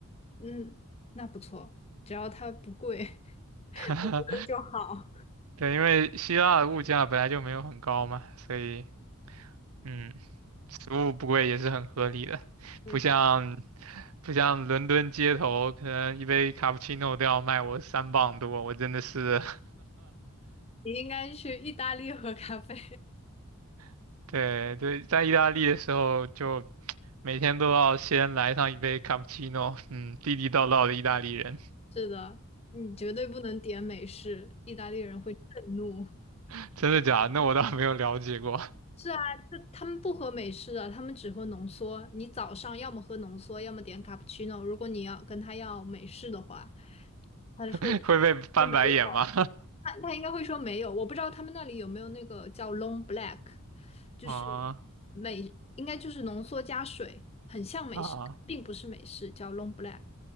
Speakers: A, on the left (about 25°); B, on the right (about 70°).
A: 嗯那不错，只要它不贵
B: <laughs>
A: <laughs> 就好。<laughs>
B: 对，因为希腊的物价本来就没有很高嘛，所以嗯。食物不贵也是很合理的，
A: 对。
B: 不像不像伦敦街头，可能一杯卡布奇诺都要卖我三磅多，我真的是，
A: 你应该去意大利喝咖啡。
B: <laughs> 对对，在意大利的时候就每天都要先来上一杯卡布奇诺，嗯，地地道道的意大利人，
A: 是的，你绝对不能点美式，意大利人会震怒。
B: <laughs> 真的假的？那我倒没有了解过，
A: 是啊，这他们不喝美式的，他们只喝浓缩。你早上要么喝浓缩，要么点卡布奇诺。如果你要跟他要美式的话，他就会说没有，
B: <laughs> 会被翻白眼吗？
A: 他他应该会说没有。我不知道他们那里有没有那个叫 long black，就是
B: <laughs> 啊
A: 美，应该就是浓缩加水，很像美式，
B: 啊。
A: 并不是美式，叫 long black。